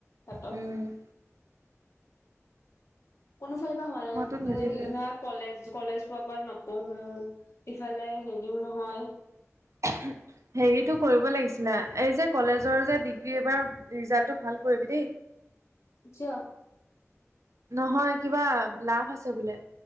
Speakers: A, on the left; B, on the right.
A: কাট অফ
B: উম।
A: কোনোফালৰ পৰা হোৱা
B: মইতো নিদিলোৱে
A: নাই <unintelligible> কলেজ কলেজ পৰা পৰা নপঢ়ো ইফালে হেৰিও নহয়
B: এহো হেৰিটো কৰিব লাগিছিলে এই যে কলেজৰ যে ডিগ্ৰী এইবাৰ ৰিজাল্টটো ভাল কৰিবি দেই।
A: জ
B: নহয় কিবা লাভ আছে বোলে।